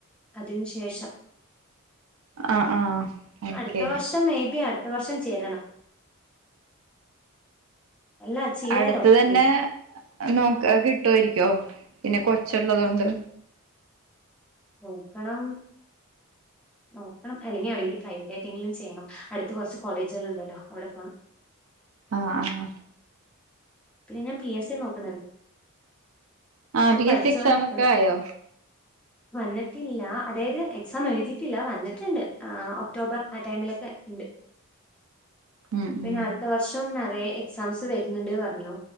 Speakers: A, in the centre; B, on the right.
A: അതിനന് ശേഷം
B: ആഹ് ആഹ് ഓക്കെ
A: അടുത്ത വർഷം മേബി അടുത്ത ഇത്ത വർഷം ചേരണം അല്ല ചെയ്യാലോ
B: അടുത്ത തന്നെ
A: നീ
B: നോക്ക് കിട്ടുമായിരിക്കും ോ പിന്നെ കൊച്ചുള്ളത കൊണ്ട്
A: നോക്കണം നോക്കണം അല്ലെങ്കിൽ എവിടെെങ്കിലും പ്രൈവറ്റ് ആയിട്ടെങ്കിലും ചെയ്യണം അടുത്ത കുറച്ച് കോളേജുകൾുണ്ടല്ലോ അവിടെ പോകണം <unintelligible>
B: ആഹ ആഹ്
A: പിന്നെ ഞാൻ പി എസ് എ നോക്ക
B: ആഹ ബി
A: പഠിച്ചുകൊണ്ടിരിക്കണം
B: എസ് സി എക്സമ ഒക്കെ ആയോ
A: വന്നിട്ടില്ല അതായത് എക്സാം എഴുതി ില്ല വന്നിട്ടുണ്ട് ഒക്ടോബർ ആ ടൈമിലൊക്കെ ഉണ്ട്
B: ഉം
A: പിന്നെ
B: ഉം
A: അടുത്ത വർഷം നിറയ എക്സാംസ് വരുന്നുണ്ട് പറഞ്ഞു